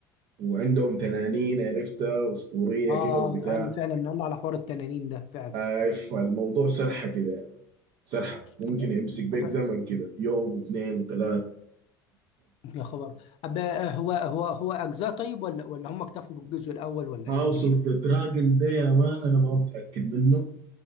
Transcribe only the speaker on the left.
اه
قال لي فعلا قال لي على حوار التنانين ده فعلا
طب-
طب-
يا خبر أب آه، هو هو هو اجزاء طيب ولا ولا هم اكتفوا بالجزء الاول ولا
ايه الدنيا